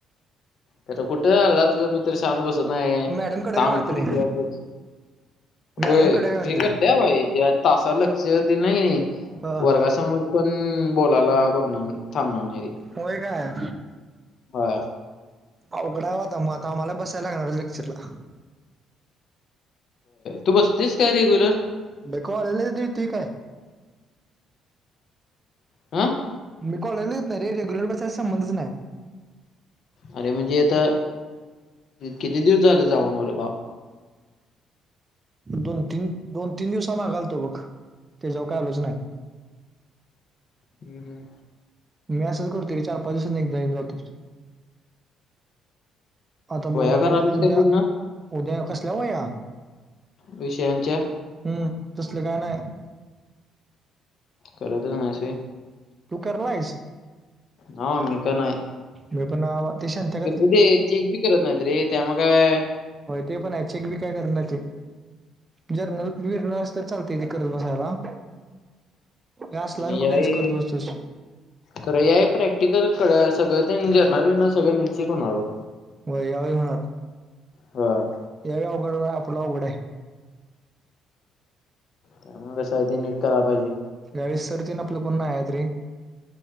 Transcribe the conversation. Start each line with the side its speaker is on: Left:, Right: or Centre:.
Left: त्याच कुठे अ तुझ मित्र शांत बसत नाही,
Right: मॅडम कडे
Left: सांगते
Right: काय वाटतले
Left: किती वेळा बस.
Right: मॅडम
Left: होय
Right: कडे काय वाटतले
Left: हे करते भाई तासाला लक्ष देल नाही नी
Right: हा
Left: वर्गासमोर पण बोलायला बघणार थांबणार नाही ते.
Right: होय काय.
Left: होय.
Right: अवघड हाय ब आता मग आता आम्हाला बसायला लागणार लेक्चरला.
Left: तू बसतीस काय रेग्युलर.
Right: <unintelligible> ति काय.
Left: आ.
Right: मी कॉलेजला येत नाही रे्युलर बसाय संबंधच नाही.
Left: अरे म्हणजे आता, किती दिवस झाले जाऊन वर्ग व.
Right: दोन-तीन, दोन-तीन दिवसा माग आलतो बघ, तेच्याव काय आलोच नाही.
Left: हम्म हम्.
Right: मी असंच करतोय चार-पाच दिवसत एकदा येऊन जातोय. आता
Left: वह्या
Right: बघू आता
Left: करालीस
Right: उद्या,
Left: काय पूर्ण
Right: उद्या कसल्या वया?
Left: विषयांच्या.
Right: हम्म तसले काय नाही.
Left: करतच नाहीस वय.
Right: तू करलायस.
Left: हा मी का नाही.
Right: मी पण नाही आबा ते शांत्या <unintelligible>
Left: तुझे चेक बी करत नाहीत रे त्यामुळे काय
Right: ते पण हाय चेक बी काय करना ते, जर्नल विरनलस तर चालते ते करत बसायला. हे असला
Left: आणि
Right: कुठेच
Left: याई.
Right: करत बसतोस
Left: खरं या प्रॅक्टिकल कड सगळं तेन जर्नल बर्नल सगळं नीट चेक होणार बघ.
Right: वय यावेळी होणार.
Left: ह.
Right: यावेळी अवघड आपला अवघड आहे.
Left: त्यामुळ कस आहे ते नीट कराय पाहिजे.
Right: या वळीस सरतेन आपलं कोण नाही आहेत रे.